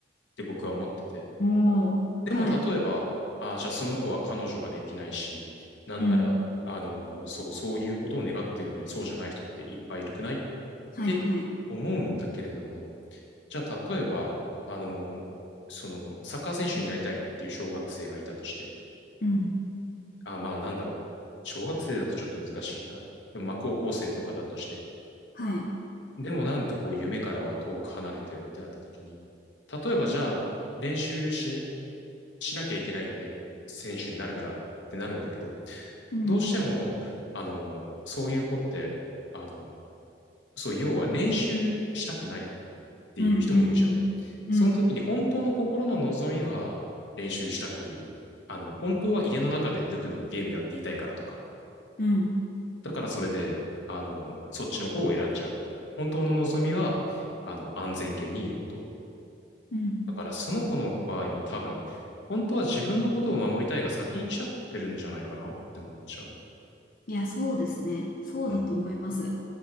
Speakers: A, on the left; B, on the left.
A: って僕は思ってて。
B: おー、
A: でも例えば、
B: はい。
A: ああ、じゃあその子は彼女ができないし、なんなら、
B: うん、
A: あの、そう、そういうことを願っているのにそうじゃない人っていっぱいいるくないっ
B: はい、
A: て思うんだけれども、
B: はい。
A: じゃあ例えば、あの、その、サッカー選手になりたいっていう小学生がいたとして、
B: うん、
A: あ、まあなんだろう。小学生だとちょっと難しいかな。でもまあ高校生とかだとして。
B: はい。
A: でもなんかこう夢からは遠く離れてるってなった時に、例えばじゃあ練習し、しなきゃいけないよね。選手になるならってなるんだけど、
B: うん、うん、
A: どうしても、あの、そういう子って、あの、そう、要は練習したくないっていう人もいるじゃない。
B: うん、うん、うん、
A: その時に本当の心の望みは練習したく、
B: うん。
A: あの、本当は家の中でぬくぬくゲームやっていたいからとか、
B: うん
A: だからそれで、あの、そっちの方を選んじゃう。本当の望みは、あの、安全圏にいること。
B: うん
A: だからその子の場合も多分、本当は自分のことを守りたいが先に来ちゃってるんじゃないかなって思っちゃう。
B: いや、そうですね。そうだと思います。
A: うん